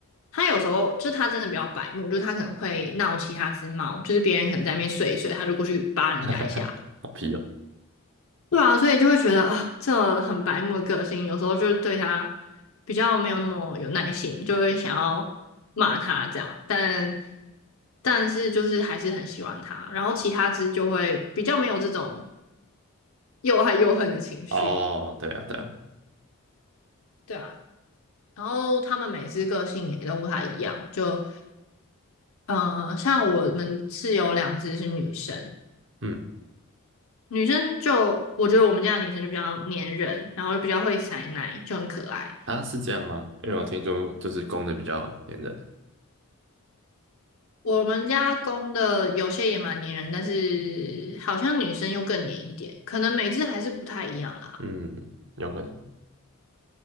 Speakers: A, on the left; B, on the right.
A: 它有时候就它真的比较白目，就是它可能会闹其他只猫，就是别人可能在那边睡一睡，它就过去扒人家一下，
B: <laughs> 好皮哦。
A: 对啊，所以就会觉得啊，这很白目的个性，有时候就是对他比较没有那么有耐心，就会想要骂他这样，但但是就是还是很喜欢他，然后其他只就会比较没有这种又爱又恨的情绪，
B: 哦，对啊，对啊，
A: 对啊，然后他们每只个性也都不太一样，就呃，像我们是有两只是女生，
B: 嗯，
A: 女生就我觉得我们家的女生就比较粘人，然后又比较会塞奶，就很可爱。
B: 啊，是这样吗？因为我听说就是公的比较粘人，
A: 我们家公的有些也蛮粘人，但是好像女生又更粘一点，可能每只还是不太一样啦。
B: 嗯，有可能，